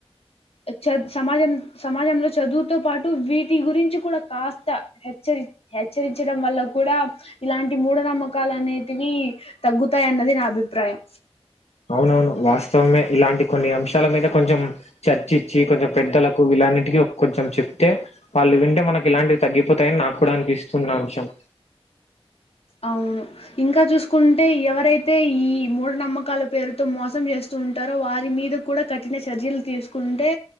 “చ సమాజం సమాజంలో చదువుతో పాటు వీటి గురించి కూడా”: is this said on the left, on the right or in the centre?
Left